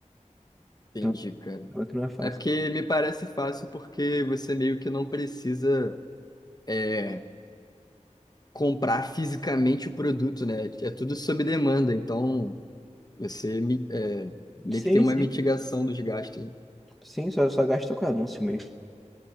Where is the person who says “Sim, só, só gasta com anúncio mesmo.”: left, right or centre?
Centre